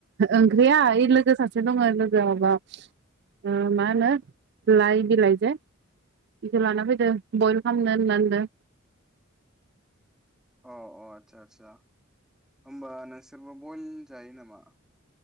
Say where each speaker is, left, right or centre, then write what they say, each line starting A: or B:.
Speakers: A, on the right; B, in the centre.
A: ओंख्रिया ओइ लोगो सासे दङ लोगोआ माबा ओ मा होनो लाइ बिलाइ जे बेखो लाना फैदो बयेल खालामनो होननानो।
B: अ अ आतसा आतसा। होमबा नोंसोरबो बयेल जायो नामा?